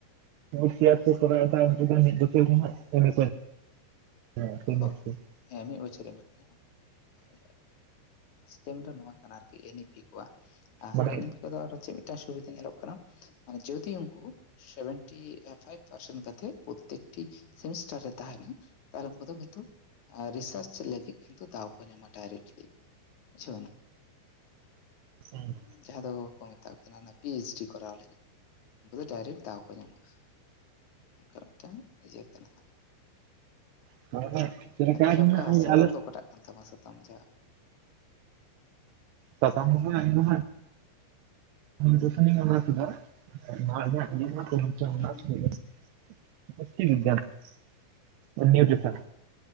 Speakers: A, on the right (about 75°); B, on the left (about 45°).
A: ᱢᱤᱭᱩᱴ ᱥᱮᱭᱟᱨ ᱛᱮ ᱠᱚᱨᱟᱣ ᱫᱟᱭ ᱩᱱᱤ ᱫᱚ ᱢᱤᱫ ᱵᱚᱪᱷᱚᱨ ᱜᱮ ᱦᱟᱸᱜ ᱮᱢᱮ ᱠᱚ ᱟᱢᱟᱭ
B: ᱦᱳᱭ
A: <unintelligible>
B: ᱦᱮᱸ ᱢᱤᱜ ᱵᱚᱪᱷᱚᱨ ᱮᱢᱮ ᱠᱚ ᱟᱢᱟ ᱦᱳᱭ ᱦᱳᱭ ᱥᱤᱥᱴᱮᱢ ᱫᱚ ᱱᱚᱣᱟ ᱠᱟᱱᱟ ᱟᱨᱠᱤ ᱮᱱᱤᱯᱤ ᱠᱚᱣᱟᱜ ᱟᱨ
A: ᱢᱟᱱᱮ
B: ᱮᱱᱤᱯᱤ ᱠᱚᱫᱚ ᱟᱨᱚ ᱪᱮᱜ ᱛᱟ ᱥᱩᱵᱤᱫᱷᱟ ᱧᱮᱞᱚᱜ ᱠᱟᱱᱟ ᱢᱟᱱᱮ ᱡᱚᱫᱤ ᱩᱝᱠᱩ ᱥᱮᱵᱷᱮᱱᱴᱤ ᱯᱷᱟᱭᱤᱵ ᱯᱟᱨᱥᱮᱱ ᱠᱟᱛᱮᱜ ᱯᱳᱛᱛᱮᱠᱴᱤ ᱥᱮᱢᱤᱥᱴᱟᱨ ᱨᱮ ᱛᱟᱦᱮᱱᱟ ᱛᱟᱦᱚᱞᱮ ᱩᱱᱠᱩ ᱫᱚ ᱠᱤᱱᱛᱩ ᱨᱤᱥᱟᱨᱪ ᱞᱟᱹᱜᱤᱜ ᱠᱤᱱᱛᱩ ᱫᱟᱣ ᱠᱚ ᱧᱟᱢᱟ ᱰᱟᱭᱨᱮᱠᱴᱞᱤ ᱵᱩᱡᱷᱟᱣᱱᱟ
A: ᱦᱩᱸ
B: ᱡᱟᱦᱟᱸ ᱫᱚᱠᱚ ᱢᱮᱛᱟᱜ ᱠᱟᱱᱟ ᱚᱱᱟ ᱯᱤ ᱮᱭᱤᱪ ᱰᱤ ᱠᱚᱨᱟᱣ ᱞᱟᱹᱜᱤᱫ ᱩᱝᱠᱩ ᱫᱚ ᱰᱟᱭᱨᱮᱠᱴ ᱫᱟᱣ ᱠᱚ ᱧᱟᱢᱟ ᱚᱝᱠᱟ ᱢᱮᱫᱴᱟᱝ ᱤᱭᱟᱹ ᱠᱟᱱᱟ
A: <inaudible>
B: ᱟᱨ ᱛᱟᱦᱚᱞᱮ ᱚᱠᱟ ᱥᱟᱛᱟᱢ
A: ᱟᱞᱮ
B: ᱫᱚ ᱚᱠᱟᱴᱟᱜ ᱠᱟᱱ ᱛᱟᱢᱟ ᱥᱟᱛᱟᱢ ᱡᱟ
A: ᱥᱟᱥᱟᱝ ᱫᱚ ᱦᱟᱸᱜ ᱤᱧ ᱫᱚ ᱦᱟᱸᱜ <unintelligible> <unintelligible>
B: ᱦᱩᱸ ᱦᱩᱸ ᱦᱩᱸ
A: ᱱᱤᱭᱩᱴᱨᱤᱥᱚᱱ